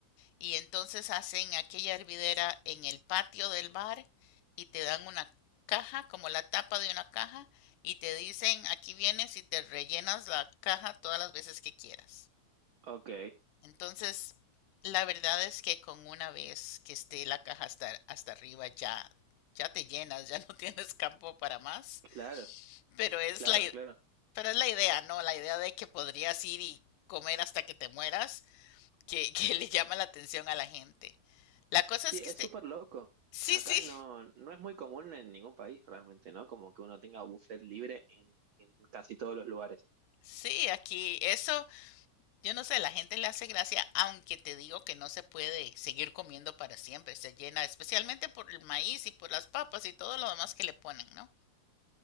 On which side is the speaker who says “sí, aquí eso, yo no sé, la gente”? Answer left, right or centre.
Left